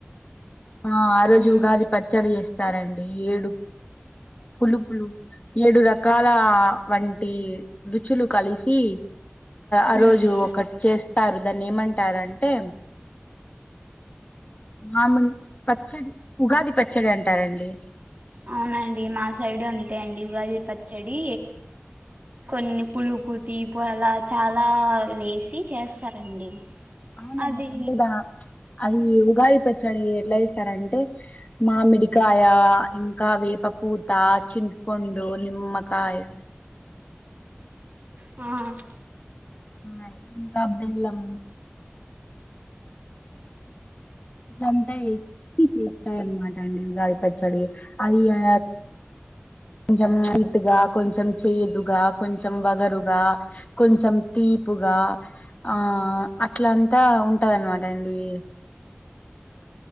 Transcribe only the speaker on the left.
ఆ ఆ రోజు
ఉగాది పచ్చడి చేస్తారండి ఏడు. పులుపు ఏడు రకాల వంటి రుచులు కలిసి ఆ రోజు
ఒకటి చేస్తారు దాన్ని ఏమంటారంటే మామిడి పచ్చడి ఉగాది పచ్చడి అంటారండి.
అవునండి
అంటే దా అది ఉగాది పచ్చడి ఎట్ల చేస్తరాంటే మామిడికాయ ఇంకా వేప పూత చింతపండు నిమ్మకాయ
ఆ ఇంకా బెల్లం ఎంత ఎత్తి చేస్తారన్న మాట ఉగాది పచ్చడి అది ఆ కొంచెం ఇటుగా కొంచెం చేదుగా కొంచెం వగరుగా కొంచెం తీపుగా ఆ అట్లాంటి అట్లా ఉంటదన్నమాట అండీ